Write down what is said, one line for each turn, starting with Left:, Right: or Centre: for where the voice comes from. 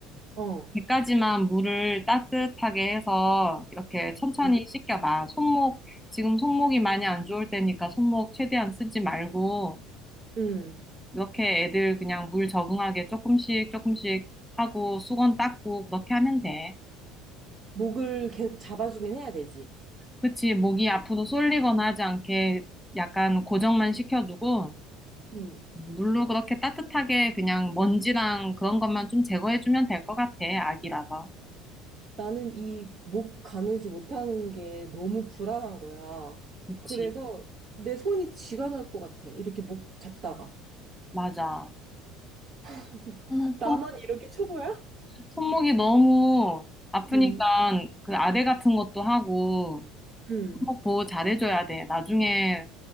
Right: 어,
Centre: 배까지만 물을 따뜻하게 해서 이렇게 천천히
Right: 응,
Centre: 씻겨봐. 손목, 지금 손목이 많이 안 좋을 때니까 손목 최대한 쓰지 말고.
Right: 응.
Centre: 이렇게 애들 그냥 물 적응하게 조금씩 조금씩 하고 수건 닦고 그렇게 하면 돼.
Right: 목을 계속 잡아주긴 해야 되지.
Centre: 그치, 목이 앞으로 쏠리거나 하지 않게 약간 고정만 시켜주고
Right: 응.
Centre: 물로 그렇게 따뜻하게 그냥 먼지랑 그런 것만 좀 제거해주면 될 것 같아, 아기라서.
Right: 나는 이 목 가누지 못하는 게 너무 불안한 거야.
Centre: 그치,
Right: 그래서 내 손이 쥐가 날 것 같아. 이렇게 목 잡다가.
Centre: 맞아.
Right: <laughs>
Centre: 손목,
Right: 나만
Centre: 손목-
Right: 이렇게 초보야?
Centre: 손목이 너무 아프니까
Right: 응,
Centre: 그 아대 같은 것도 하고
Right: 응.
Centre: 손목 보호 잘해줘야 돼. 나중에